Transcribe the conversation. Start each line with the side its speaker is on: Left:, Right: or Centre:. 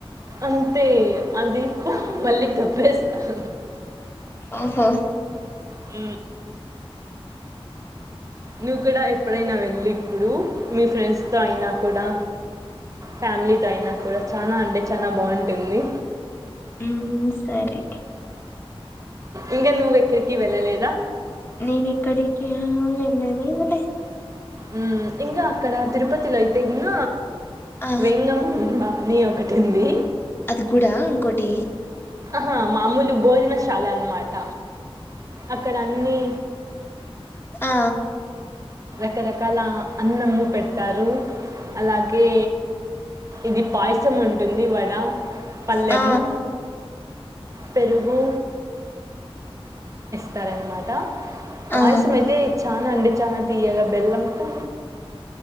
Right: అంతే అది మళ్ళీ తప్పేస్తాను
Left: ఓహో
Right: ఆ నువ్వు కూడా ఎప్పుడైనా వెళ్ళి ఇప్పుడు మీ ఫ్రెండ్స్తో అయినా కూడా ఫ్యామిలీతో అయినా కూడా చనా అండే చాలా బాగుంటుంది
Left: ఉ సరే
Right: ఇంకా నువ్వెక్కడికి వెళ్ళలేదా
Left: నేను ఇక్కడికి వెళ్ళాలి అల
Right: ఉ ఇంకా అక్కడ తిరుపతిలో అయితే కిన
Left: ఆ
Right: వేంగమ ఉబా నీ ఒకటింది
Left: అది గుడా ఇంకోటి
Right: హా మామూలు భోజనశాల అన్నమాట అక్కడ అన్ని
Left: ఆ
Right: రకరకాల అన్న మూట్ పెట్టారు అలాగే ఇది పాయసం ఉంటే ఉంటుంది వడ పళ్ళెము
Left: ఆ
Right: పెరుగు టారన్మాట పాయసం
Left: ఆ
Right: అయితే చాన అండి చా తియ్యగా బెల్లంతో